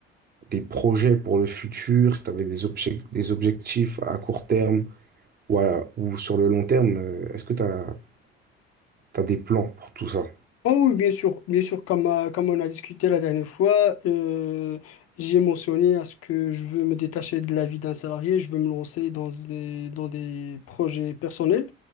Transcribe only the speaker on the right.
des projets pour le futur, si tu avais des objec- des objectifs à court terme Voilà. Ou sur le long terme, euh, est-ce que tu as, des plans pour tout ça?